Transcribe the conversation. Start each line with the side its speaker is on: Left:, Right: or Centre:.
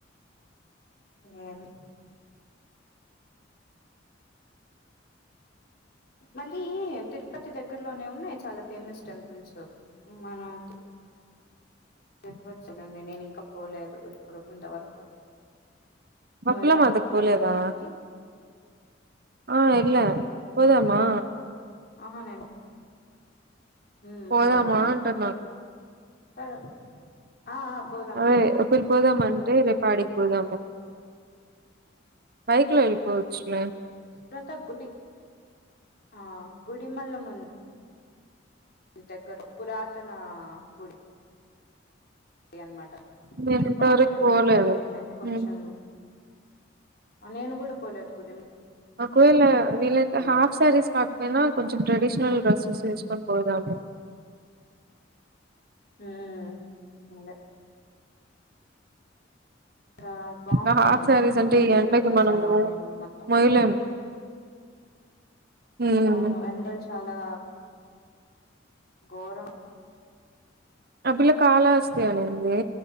Left: ఇంగేమి మళ్ళీ తిరుపతి దగ్గరలోనే ఉన్నాయి చాలా ఫేమస్ టెంపుల్స్ మనంట్ చెప్పవచ్చుడేంది నేను ఇంకా పోలేదు ఇప్పుడు ఇంతవరకు నువ్వ
Right: బకులామాతకి
Left: ఎల్లావ వకులా
Right: పోలేదా
Left: మాత గుడికి
Right: ఆ ఎల్లా పోదమా
Left: అహ నేను ఉమ్
Right: పోదామా
Left: పోదము
Right: అంటున్నా
Left: ఆ ఆ పోదం
Right: అదే
Left: పోదం
Right: ఒకరు పోదామంటే రేపాడికి పోదాము బైక్ లో వెళ్ళిపోవచ్చులే
Left: ప్రత గుడి ఆ గుడిమల్ల ముందు వుంది దగ్గర్లో పురాతన గుడి డి అన్నమాట
Right: నేను ఇంతవరకు
Left: బావుంటుంది
Right: పోలేదు
Left: అది లైక్ కొంచెం
Right: ఉమ్,
Left: ఆ నేను కూడా పోలేదు గుడి ము
Right: ఒకవేళ హాఫ్
Left: ఎంత
Right: సారీస్ కాకపోయినా
Left: ఉమ్
Right: కొంచెం ట్రెడిషనల్ డ్రస్సేస్ వేసుకొని పోదాము
Left: ఉమ్ అదే ఆ బావుంటుండే
Right: ఇంకా హాఫ్ శారీస్ అంటే
Left: గుడి
Right: ఈ ఎండకి
Left: అంతా
Right: మనము
Left: సరౌండింగ్స్ మొత్తం
Right: మొయ్యలేము ఉమ్,
Left: అవును ఎండల్ చాలా గోరం
Right: అ పిల్ల కాలాహస్తి అనేంది